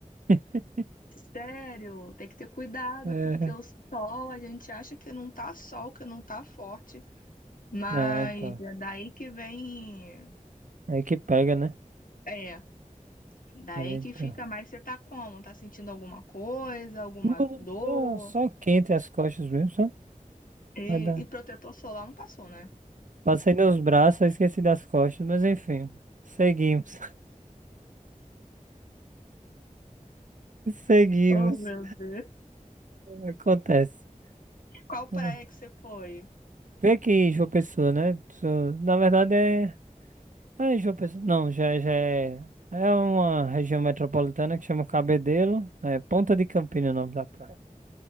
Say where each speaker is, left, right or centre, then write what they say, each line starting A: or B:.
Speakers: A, on the right; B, on the left.
A: <laughs>
B: Sério, tem que ter cuidado,
A: É,
B: porque o sol, a gente acha que não tá sol, que não tá forte, mas
A: é, então.
B: é daí que vem.
A: Aí que pega, né?
B: É. Daí
A: É, então.
B: que fica mais você tá como? Tá sentindo alguma coisa, alguma
A: Não,
B: dor?
A: só, só quente as costas mesmo, só. Vai
B: E,
A: dar.
B: e protetor solar não passou, né?
A: Passei nos braços, aí esqueci das costas, mas enfim, seguimos. <laughs> Seguimos.
B: Oh, meu Deus.
A: Acontece.
B: Qual praia
A: Ah.
B: que você foi?
A: Vê aqui, João Pessoa, né? Tu- Na verdade é. Ah, é João Pessoa. Não, já, já é. É uma região metropolitana que chama Cabedelo. É Ponta de Campina o nome da praia.